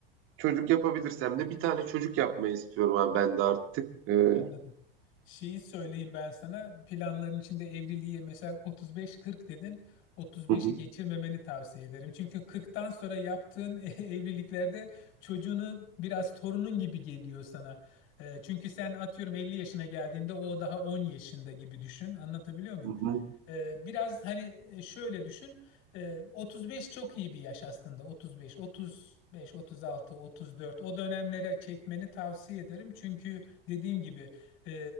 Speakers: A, on the right (about 45°); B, on the left (about 45°).
A: Çocuk yapabilirsem de bir tane çocuk yapmayı istiyorum abi ben de artık. E, hı
B: Anladım. Şeyi söyleyeyim ben sana. Planların içinde evliliği mesela 35-40 dedin. 35'i
A: hı,
B: geçirmemeni tavsiye ederim. Çünkü 40'tan sonra yaptığın <laughs> evliliklerde çocuğunu biraz torunun gibi geliyor sana. Ee, Çünkü sen atıyorum 50 yaşına geldiğinde o daha 10 yaşında gibi düşün. Anlatabiliyor muyum?
A: hı hı,
B: Ee, Biraz hani e, şöyle düşün. Ee, 35 çok iyi bir yaş aslında. 35, 35, 36, 34 o dönemlere çekmeni tavsiye ederim. Çünkü dediğim gibi e,